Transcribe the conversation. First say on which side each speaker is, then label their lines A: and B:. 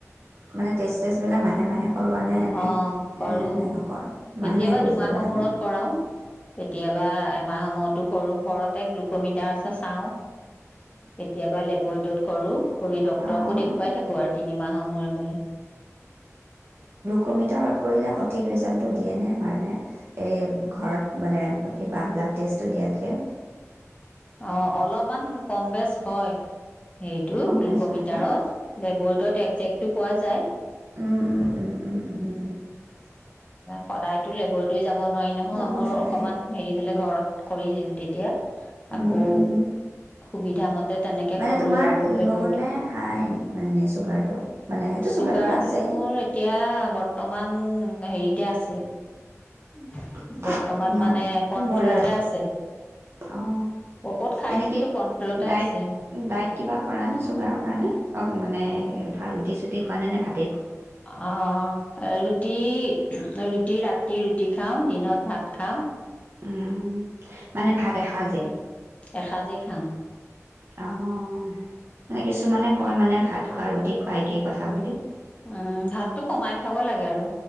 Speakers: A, on the right; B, on the left.
A: মানে টেষ্ট থেষ্টবিলাক মাহে মাহে কৰোৱা নে নে
B: অ কৰো,
A: নে নকৰ মাহে
B: কেতিয়াবা
A: মাহে কৰি
B: দুমাহৰ
A: থাকিব লাগে
B: মূৰত
A: ন
B: কৰাওঁ, কেতিয়াবা এমাহৰ মূৰতো কৰো, ঘৰতে গ্লুকমিটাৰ আছে আও কেতিয়াবা লেবৰেটৰীত কৰোঁ, কৰি ডক্তৰকো
A: অঁ
B: দেখুৱাই থাকো আৰু তিনিমাহৰ মূৰে মূৰে।
A: কমিটৰত কৰিলে সঠিক ৰিজাল্টটো দিয়ে নে মানে এ ঘৰত মানে কিবা ব্লাড টেষ্টটো দিয়াতকে?
B: অ অলপমান কম বেচ হয়। সেইটো
A: কম
B: গ্লুকমিটাৰত
A: বেছ হয় ন?
B: লেবৰেটৰত একজেক্টটো পোৱা যায়।
A: উ-উ-উ-উ-উ
B: সদায়তো লেবৰেটৰী যাব নোৱাৰি নহয়
A: যাব
B: মোৰ
A: নোৱাৰে,
B: অকমান হেৰি হলে ঘৰত কৰি দিওঁ তেতিয়া
A: উম,
B: আকৌ
A: উম।
B: সুবিধা মতে তেনেকে
A: মানে
B: কৰো
A: তোমাৰ
B: আৰু লেবৰেটৰীত
A: লো নে হাই মানে চুগাৰটো? মানে সেইটো
B: চুগাৰটো
A: চুগাৰটোতো আছেই
B: মোৰ এতিয়া <unintelligible> হেৰিতে আছে <inaudible>
A: <unintelligible>
B: মানে কন্ট্ৰলতে
A: বৰ্ডাৰত।
B: আছে
A: অঅ
B: ঔষধ খাই
A: এনে
B: আছোতো
A: কি
B: কন্ট্ৰলতে
A: ডাইট-ডাইট
B: আছে
A: কিবা কৰা নে চুগাৰৰ কাৰণে অ মানে <unintelligible> ৰুটি চুটি খোৱা নে-নে ভাত
B: অ এ ৰুটি-ৰুটি ৰাত ৰাতি ৰুটি খাওঁ, দিনত ভাত খাওঁ।
A: উম মানে ভাত এসাঁজে?
B: এসাঁজে খাওঁ।
A: অঅ, মানে কিছুমানে কয় মানে ভাত খোৱা ৰুটি খোৱা একেই কথা বুলি।
B: উম ভাততো কমাই খাব লাগে আৰু।